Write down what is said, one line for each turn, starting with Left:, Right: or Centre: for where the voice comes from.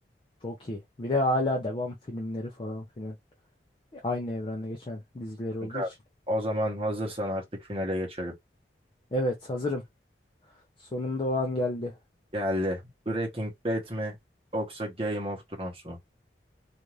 Left: Çok iyi. Bir de hala devam filmleri falan filan. Aynı evrende geçen dizileri olduğu
Right: Kanka,
Left: için.
Right: o zaman hazırsan artık finale geçelim.
Left: Evet hazırım. Sonunda o an geldi.
Right: Geldi. Breaking Bad mi yoksa Game of Thrones mu?